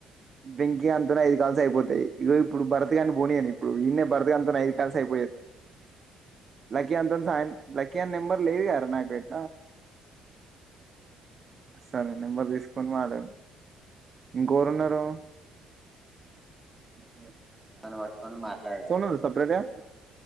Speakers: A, on the right; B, in the centre.
A: దెంక్తి గాన్ తోని ఐదు కాల్స్ అయిపోతాయి ఇగొ ఇప్పుడు భరత్గాని పోనీ అను ఇప్పుడు ఈన్న భరతగాని అంత ఐదు కాల్స్ అయిపోయద్ లకీ గాన్ తోని సాయ లక్కీ గాని నెంబర్ లేదు గదర నాకైతే సరే నెంబర్ తీసుకొని వాడను ఇంకవరు ఉన్నరు ఉ
B: నను వట్టుకొని మాట్లాడిడు
A: ఉందా సపరేట్గా